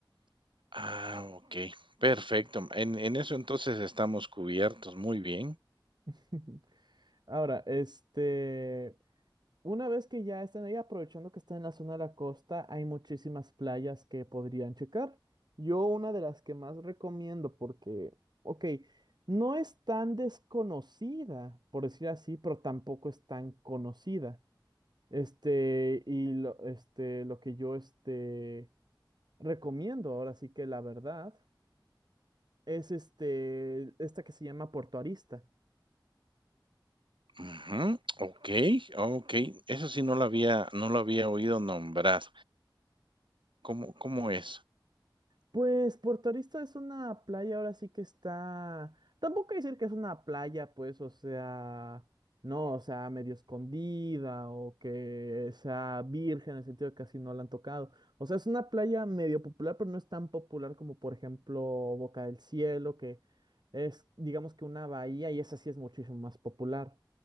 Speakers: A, on the right; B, on the right.
A: Ah, okey, perfecto. En en eso entonces estamos cubiertos, muy bien.
B: <laughs> Ahora, este, Una vez que ya están ahí, aprovechando que están en la zona de la costa, hay muchísimas playas que podrían checar. Yo una de las que más recomiendo porque, ok, no es tan desconocida, por decir así, pero tampoco es tan conocida. Este, y lo, este, lo que yo este, recomiendo, ahora sí que la verdad, es este, esta que se llama Puerto Arista.
A: Ujú, okey, okey. Eso sí no lo había no lo había oído nombrar. ¿Cómo cómo es?
B: Pues Puerto Arista es una playa, ahora sí que está. Tampoco decir que es una playa, pues, o sea, no, o sea, medio escondida o que sea virgen en el sentido de que casi no la han tocado. O sea, es una playa medio popular, pero no es tan popular como, por ejemplo, Boca del Cielo, que es, digamos que una bahía y esa sí es muchísimo más popular.